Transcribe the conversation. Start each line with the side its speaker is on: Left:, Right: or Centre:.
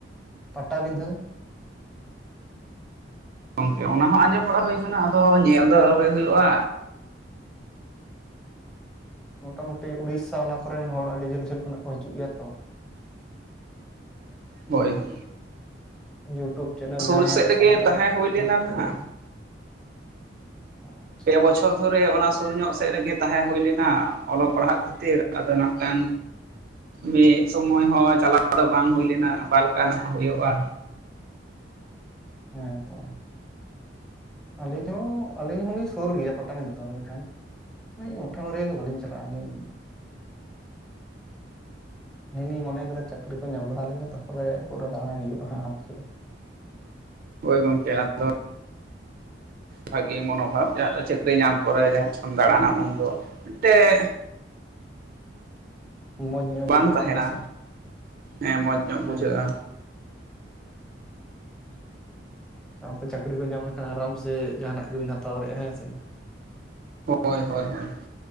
Centre: ᱯᱟᱴᱟᱵᱤᱸᱫᱷᱟᱹ
Right: ᱜᱚᱝᱠᱮ ᱚᱱᱟ ᱦᱚᱸ ᱟᱸᱡᱚᱢ ᱵᱟᱲᱟ ᱦᱩᱭ ᱠᱟᱱᱟ ᱟᱫᱚ ᱧᱮᱞ ᱫᱚ ᱟᱹᱣᱨᱤ ᱦᱩᱭᱩᱜᱼᱟ
Centre: ᱢᱚᱴᱟᱢᱩᱴᱤ ᱩᱲᱤᱥᱥᱟ ᱚᱱᱟ ᱠᱚᱨᱮᱱ ᱦᱚᱲ ᱟᱹᱰᱤ ᱡᱷᱟᱹᱞ ᱡᱷᱟᱹᱞ ᱠᱷᱚᱱᱟᱜ ᱠᱚ ᱦᱟᱡᱩᱜ ᱜᱮᱭᱟ ᱛᱚ
Right: ᱦᱳᱭ ᱦᱳᱭ
Centre: ᱤᱭᱩᱴᱩᱵᱽ ᱪᱮᱱᱮᱞ
Right: ᱥᱩᱨ
Centre: ᱡᱟᱸᱦᱟᱭᱟᱜ
Right: ᱥᱮᱫ ᱨᱮᱜᱮ
Centre: ᱥᱟᱱᱛᱟᱲᱟᱜ
Right: ᱛᱟᱦᱮᱸ ᱦᱩᱭ
Centre: ᱢᱮᱱᱟᱜ
Right: ᱞᱮᱱᱟ ᱱᱟᱦᱟᱜ
Centre: ᱛᱟᱠᱚᱣᱟ ᱟᱪᱪᱷᱟ
Right: ᱯᱮ
Centre: ᱟᱪᱪᱷᱟ
Right: ᱵᱚᱪᱷᱚᱨ
Centre: ᱟᱪᱪᱷᱟ
Right: ᱫᱷᱚᱨᱮ ᱚᱱᱟ ᱥᱩᱨ ᱧᱚᱜ ᱥᱮᱫ ᱨᱮᱜᱮ ᱛᱟᱸᱦᱮ ᱦᱩᱭ ᱞᱮᱱᱟ ᱚᱞᱚᱜ ᱯᱟᱲᱦᱟᱜ ᱠᱷᱟᱹᱛᱤᱨ ᱟᱫᱚ ᱱᱟᱜ ᱠᱷᱟᱱ ᱢᱤᱫ ᱥᱚᱢᱚᱭ ᱦᱚᱸ ᱪᱟᱞᱟᱣ ᱟᱫᱚ ᱵᱟᱝ ᱦᱩᱭ ᱞᱮᱱᱟ ᱚᱠᱟ ᱞᱮᱠᱟᱱᱟᱜ ᱦᱳᱭᱳᱜᱼᱟ
Centre: ᱦᱮᱸ ᱛᱚ ᱟᱹᱞᱤᱧ ᱦᱚᱸ ᱟᱹᱞᱤᱧ ᱦᱚᱸ ᱞᱤᱧ ᱥᱩᱨ ᱜᱮᱭᱟ ᱯᱟᱴᱟᱵᱤᱱᱫᱟᱹ ᱫᱚ ᱢᱮᱱᱠᱷᱟᱱ ᱦᱳᱭ ᱩᱴᱷᱟᱹᱣ ᱨᱮᱭᱟᱜ ᱜᱮ ᱵᱟᱹᱞᱤᱧ ᱪᱟᱞᱟᱜ ᱟᱹᱞᱤᱧ ᱤᱧᱤᱧ ᱢᱚᱱᱮ ᱠᱟᱫᱟ ᱪᱟᱹᱠᱨᱤ ᱠᱚ ᱧᱟᱢ ᱵᱟᱲᱟ ᱞᱮᱱ ᱜᱮ ᱛᱟᱨᱯᱚᱨᱮ ᱯᱩᱨᱟᱹ ᱫᱟᱬᱟᱭ ᱦᱩᱭᱩᱜᱼᱟ ᱦᱟᱸᱜ ᱟᱨᱠᱤ
Right: ᱦᱳᱭ ᱜᱚᱝᱠᱮ ᱟᱫᱚ ᱵᱷᱟᱜᱤ ᱢᱚᱱᱳᱵᱷᱟᱵ ᱡᱟᱸᱦᱟ ᱪᱟᱹᱠᱨᱤ ᱪᱟᱹᱠᱨᱤ ᱧᱟᱢ ᱯᱚᱨᱮ ᱡᱟᱸᱦᱟ ᱞᱮᱠᱟᱢ ᱫᱟᱬᱟᱱᱟ ᱩᱱᱫᱚ ᱢᱤᱫᱴᱮᱡ
Centre: ᱢᱚᱸᱡᱽ ᱧᱚᱜ
Right: ᱵᱟᱝ
Centre: ᱵᱩᱡᱷᱟᱹᱜᱼᱟ
Right: ᱛᱟᱸᱦᱮᱱᱟ
Centre: ᱦᱮᱸ ᱥᱮ
Right: ᱦᱮᱸ ᱢᱚᱡᱽ ᱧᱚᱜ
Centre: ᱦᱮᱸ
Right: ᱵᱩᱡᱷᱟᱹᱜᱼᱟ
Centre: ᱥᱟᱶᱛᱮ ᱪᱟᱹᱠᱨᱤ ᱠᱚ ᱧᱟᱢ ᱞᱮᱠᱷᱟᱱ ᱟᱨᱟᱢ ᱥᱮ ᱡᱟᱦᱟᱱᱟᱜ ᱜᱮᱵᱤᱱ ᱦᱟᱛᱟᱣ ᱫᱟᱲᱮᱭᱟᱜᱼᱟ ᱦᱮᱸ ᱥᱮ
Right: ᱦᱳᱭ, ᱦᱳᱭ, ᱦᱳᱭ,